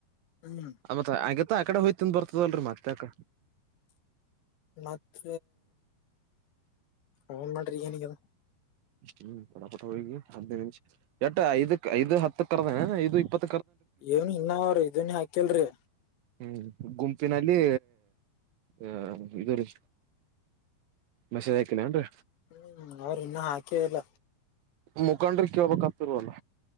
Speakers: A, on the left (about 85°); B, on the right (about 70°).
A: ಹ್ಮ್
B: ಆ ಮತ್ ಹಾಗ ಮತ್ತ ಆ ಕಡೆ ಹೋಯ್ತನ್ ಬರ್ತದಲ್ರರಿ ಮತ್ತ ಅಕ
A: ಮತ್ತ ಅವನ್ ಮಾಡ್ರಿ ಏನಗದ
B: ಹ್ಮ್ ಪಟಪಟ ಹೋಗಿ ಹದ್ಿನೈ ನಿಮಿಷ ಎಟ್ಟ ಐದಕ್ ಐದು ಹ ಕರದ ಐದು ಇಪ್ಪತ್ತು
A: ಏನ್ ಇನ್ನ ಅವ್ರ ಇದನ್ ಹಾಕಿಲ್ರಿ
B: ಹ್ಮ್ ಗುಂಪಿನಲ್ಲಿ ಅ ಇದು ರೀ ಮಸದ ಹಾಕಿನ ನ್ರಿ
A: ಹ್ಮ್ ಅವ್ರ ಇನ್ನುೂ ಹಾಕೆ ಇಲ್ಲ
B: ಮುಖಂಡ್ರ ಕೇಳ್ಬೇಕಕ್ ಆತಿರ್ವಲ್ಲ